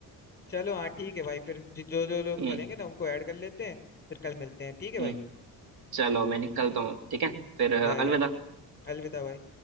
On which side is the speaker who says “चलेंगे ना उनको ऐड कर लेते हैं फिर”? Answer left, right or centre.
Left